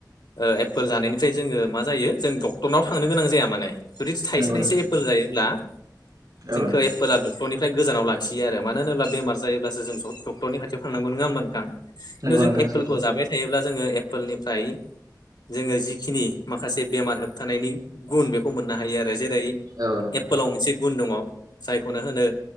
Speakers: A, on the left; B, on the right.
A: ओ एपोल जानायनिफ्राय जोङो मा जायो जों डक्टरनाव थांनो गोनां जाया माने जुदि थायसे
B: नंगौ
A: थाइसे
B: नोंथां
A: एपोल जा जायोब्ला
B: औ
A: जोंखो
B: नोंथां
A: एपोला डक्ट'रनि फ्राय गोजानाव लाखियो आरो मानो होनोब्ला बेमार जायोब्लासो जों डक्टरनि खाथियाव थांनांगौ नङा होमब्ला नोंथां खिन्थु
B: नंगौ
A: जों
B: नोंथां
A: एप्पोलखौ
B: सैथो
A: जाबाय थायोब्ला जोङो एप्पोलनिफ्राय जोङो जिखिनि माखासे बेमार होबथानायनि गुन बेखौ मोननो हायो आरो जेरै
B: औ नोंथां
A: एप्पोलाव मोनसे गुन दङ जायखौनो होनो